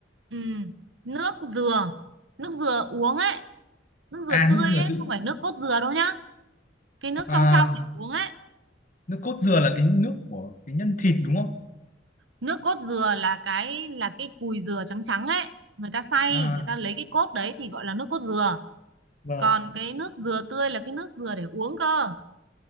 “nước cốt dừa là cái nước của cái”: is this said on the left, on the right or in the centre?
Left